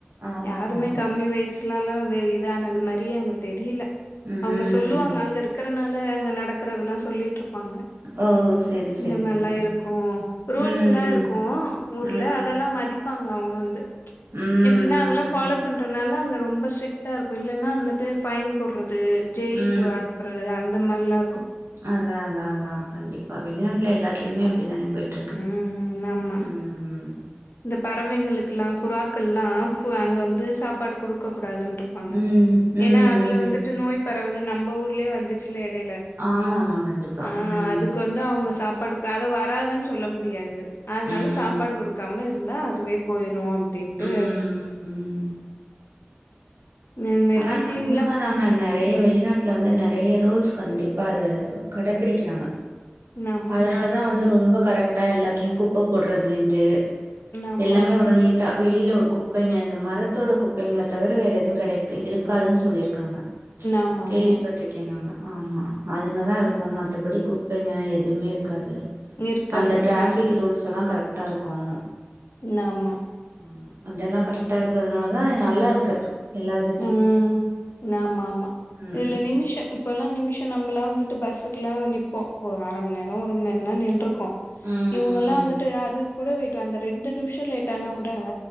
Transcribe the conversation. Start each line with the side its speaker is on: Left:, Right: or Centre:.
Right: ஆமா
Left: யாருமே
Right: ஆமா ஆமா
Left: கம்மி வயசுலல்லா இதானது மாரியே அங்க தெரில
Right: ம்
Left: அவுங்க சொல்லுவாங்க அங்க இருக்குறனால அங்க நடக்கறதெல்லா சொல்லிட்ரிப்பாங்க
Right: ஓ செரி செரி
Left: இந்த மார்லா
Right: செரி
Left: இருக்கு ரூல்ஸ்லா
Right: ம்
Left: இருக்கு
Right: ம்
Left: ஊர்ல
Right: ம்
Left: அதெல்லா மதிப் ப்பாங்க அவுங்க வந்து
Right: ம்
Left: எப்டினா அதெல்லா ஃபாலோ பண்றனால அங்க ரொம்ப ஸ்ட்ரிட்டா இருக்கு இல்லன்னா வந்துட்டு ஃபைன் போடுறது
Right: ம்
Left: ஜெயில்க்கு அனுப் றது அந்த மார்லா
Right: அதா அதா அதா கண்டிப்பா வெளிநாட்ல எல்லாத்லியுமே அப்டித்தான போயிட் ருக்கு
Left: ம் ஆமா
Right: ம் ம் ம்
Left: இந்த பறவைங்களுக்லா புறாக்கள்லா ஃபு அங்க வந்து சாப்பாடு குடுக்க கூடாதுன்ற ப்பாங்க
Right: ம். ம். ம்.
Left: ஏனா அதுல வந்துட்டு நோய் பரவுது நம்ம ஊர்லயே வந்துச்சுல எ இடைல
Right: ஆமாமா கண்டிப்பா.
Left: ஆ
Right: ம்.
Left: அதுக்கு வந்த் அவுங்க சாப்பாடுக் அத வராதுன்னு சொல்ல முடியாது அதனால
Right: ம்.
Left: சாப்பாடு குடுக் காம இருந்தா அதுவே போயிரு அப்டின்ட்டு
Right: ம். ம்.
Left: இந்த மாரிலா
Right: ஆனா அது
Left: கிளீன்லா
Right: உண்ம தா ங்க நெறைய வெளிநாட்ல வந்து நெறைய ரூல்ஸ் கண்டிப்பா அத கடப்பிடிக்றாங்க
Left: ம் ஆமா
Right: அதனாலதா
Left: ஆமா
Right: வந்து ரொம்ப கரெக்ட்டா எல்லாத்ல்லியு குப்ப போட்றதுலிந்து
Left: ஆமா
Right: எல்லாமே ஒரு
Left: கண்டிப்பா
Right: நீட்டா வெளில ஒரு குப்பைங்க அந்த மரத்தொட குப்பைங்கள தவிர வேற எதுவு கெடைக் த்து இருக்காதுனு சொல்லிருக்காங்க ம்ச்
Left: ஆமா
Right: கேள்விபட்
Left: ஆமா
Right: ட்ருக்கேன் நானு ஆமா அதுங்க தா இருக்கும் மத்தபடி குப்பைங்க எதுமே இருக்காது
Left: இருக்காது
Right: அந்த டிராஃபிக்
Left: ம்
Right: ரூல்ஸ்லா கரக்டா இருக்கும்
Left: ம் ஆமா
Right: ம்ஆ அதெல்லா கரெக்டா இருக்றதுனால தா நல்லா இருக்கு எல்லாது
Left: ம் ம் ஆமா ஆமா
Right: ம்
Left: இத்ல
Right: ம்
Left: நிமிஷ இப்பல்லா நிமிஷ நம்பளா வந்துட்டு பஸ்ஸுக்லா நிப்போ ஒரு அரமணி நேர ஒரு ம நேரன்தா நின்றுக்கு கு
Right: ம்
Left: இவுங்கெல்லா
Right: ம்
Left: வந்துட்டு அதுக்குகூட வெயிட் அந்த ரெண்டு நிம்ஷ லேட் ஆனா கூட